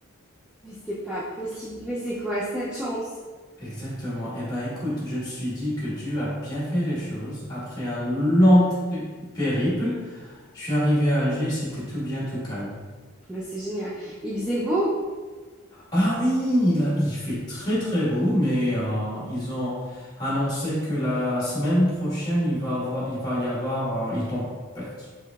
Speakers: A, in the centre; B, on the left.
A: Mais c'est pas possible. Mais c'est quoi cette chance?
B: Exactement. Eh ben, écoute, je me suis dit que Dieu a bien fait les choses. Après un long t- périple, je suis arrivé à Alger, c'était tout bien, tout calme.
A: Mais c'est génial. Il faisait beau?
B: Ah oui, il a- il fait très très beau, mais euh, ils ont annoncé que la semaine prochaine, il va avoir, il va y avoir euh, une tempête.